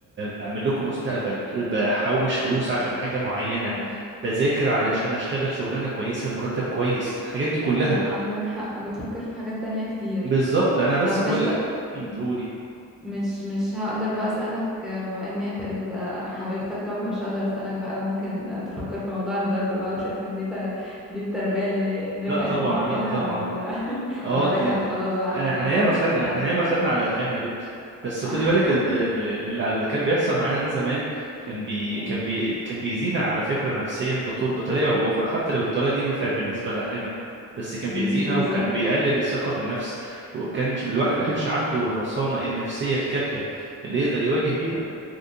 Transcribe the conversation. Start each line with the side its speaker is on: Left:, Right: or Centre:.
Right: بعمل لكم مستقبل بحوش فلوس
Centre: ايوه،
Right: عشان حاجة معينة
Centre: صح،
Right: بذاكر علشان
Centre: ايوه.
Right: اشتغل شغلانة كويسة بمرتب كويس الحاجات دي كلها
Centre: لا عندك حق بتفكر في حاجات تانية كتير
Right: بالظبط انا بس
Centre: طب مش
Right: كل
Centre: ت... مم.
Right: تقولي
Centre: مش مش هقدر بقى اسالك آه، بما ان هي فريد بقى حبيبتك طبعا فمش هقدر اسالك بقى ممكن تفكر في موضوع الضرب بقى وشايف ان دي ت- دي التربيه اللي نفعت
Right: لا طبعا
Centre: معانا
Right: لا طبعا
Centre: ولا <laughs>
Right: اه
Centre: ولا
Right: انت
Centre: ده كان خلاص بقى
Right: احنا
Centre: حاجه
Right: ياما
Centre: غلط
Right: خدنا
Centre: ما ينفعش
Right: احنا
Centre: تتعمل
Right: ياما خدنا على قفانا يا بنتي بس
Centre: <laughs>
Right: خدي بالك الد- ال- ال- اللي اللي كان بيحصل معانا ده زمان كان بي
Centre: مم.
Right: كان بي كان بيأذينا على فكرة نفسيا دكتور بطريقة او بأخرى حتى لو الطريقة دي نفعت بالنسبة لأهلنا بس كان
Centre: مم،
Right: بيأذينا
Centre: بالظبط
Right: وكان بيقلل الثقة بالنفس وكان الواحد ما كانش عنده الرصانة النفسية الكافية اللي يقدر يواجه بيها